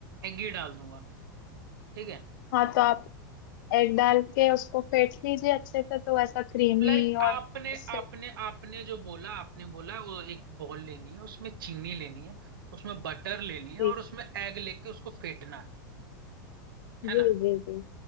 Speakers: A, on the right; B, on the left.
A: एग ही डाल दूंगा ठीक है
B: हाँ तो आप एग डाल के उसको फेंट लीजिए अच्छे से तो ऐसा क्रीमी
A: लाइक like
B: और
A: आपने
B: उससे
A: आपने आपने जो बोला आपने बोला वो एक बॉल लेनी है उसमें चीनी लेनी है उसमें बटर लेनी है
B: जी
A: और उसमें एग लेके उसको फेंटना है है
B: जी
A: ना
B: जी जी